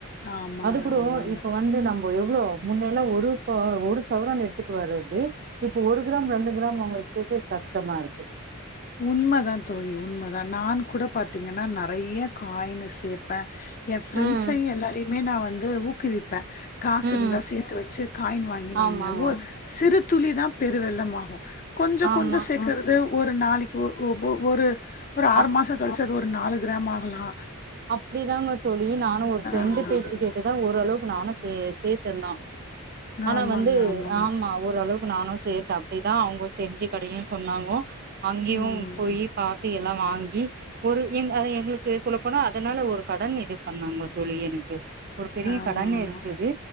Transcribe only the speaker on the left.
ஆமாங்க
ஆமாங்க
உண்மதா தோழி உண்மதான் நான் கூட பாத்திங்கன்னா நெறைய காய்னு சேப்பே எ ஃப்ரெண்ட்ஸையு
எல்லாரையுமே நா வந்து ஊக்குவிப்பே காசு
இருந்தா சேத்து வச்சு காயின் வாங்கி வைங்க
ஊர் சிறு துளி தா பெருவெள்ளமாகு கொஞ்சொ
கொஞ்சொ சேக்கறது ஒரு நாளை <unintelligible> ஒரு ஒரு ஆறு
மாச கழுச்சு அது ஒரு நாலு கிராம் ஆகலா
ஆகலாம்.
ஆமாங்க,
ஆமாங்க.
ம்.
ஆமாமா.